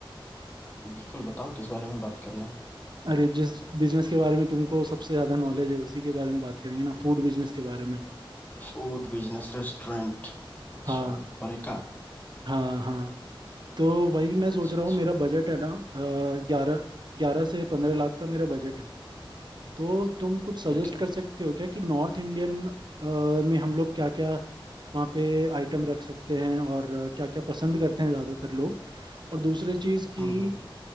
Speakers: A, on the left; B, on the right.
A: बिल्कुल बताओ किस बारे में बात करना है
B: अरे जिस बिजनेस के बारे में तुमको सबसे ज्यादा नॉलेज है उसी के बारे में बात करेंगे ना फूड बिजनेस के बारे में
A: फूड बिजनेस रेस्टोरेंट अच्छा
B: हाँ
A: होरेका
B: हाँ हाँ तो वही मैं
A: अच्छा
B: सोच रहा
A: अच्छा
B: हूँ मेरा बजट है ना ग्यारह ग्यारह से पंद्रह लाख का मेरा बजट है तो तुम कुछ सजेस्ट
A: ठीक है
B: कर सकते हो क्या कि नॉर्थ इंडियन में हम लोग क्या क्या वहाँ पे आइटम रख सकते हैं और क्या क्या पसंद करते हैं ज़्यादातर लोग और दूसरी चीज़ कि
A: हम्म हम्म